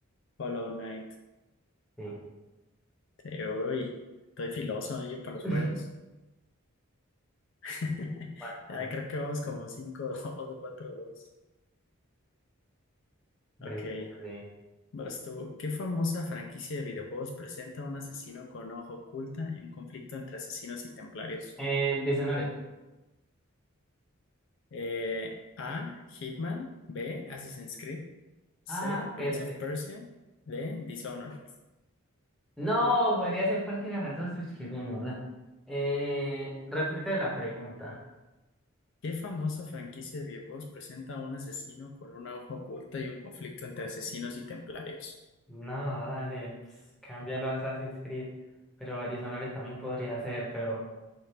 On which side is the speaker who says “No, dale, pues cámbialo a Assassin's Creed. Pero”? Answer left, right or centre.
Centre